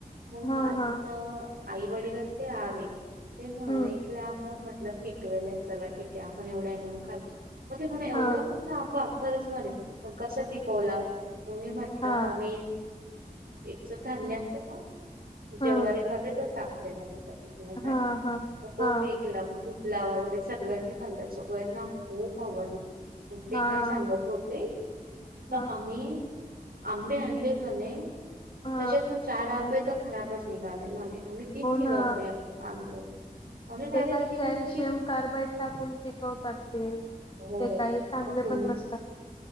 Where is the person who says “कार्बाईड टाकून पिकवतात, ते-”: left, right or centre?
Left